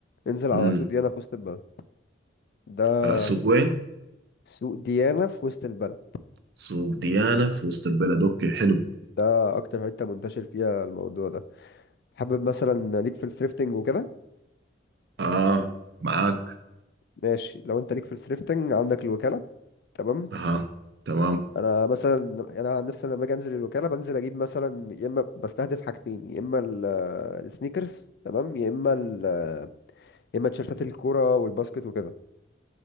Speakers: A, on the left; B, on the right.
A: انزل على
B: امم
A: سوق ديانا في وسط البلد ده
B: آه، سوق وين؟
A: سوق ديانا في وسط البلد
B: سوق ديانة في وسط البلد اوكي حلو
A: ده اكتر حته منتشر فيها الموضوع ده حابب مثلا ليك في الثريفتنج وكده
B: اه معاك
A: ماشي لو انت ليك في الثريفتنج عندك الوكاله تمام
B: اه تمام
A: انا مثلا يعني انا عن نفسي لما باجي انزل الوكاله بنزل اجيب مثلا يا اما بستهدف حاجتين يا اما ال- السنيكرز تمام يا اما ال- يا اما تيشرتات الكوره والباسكت وكده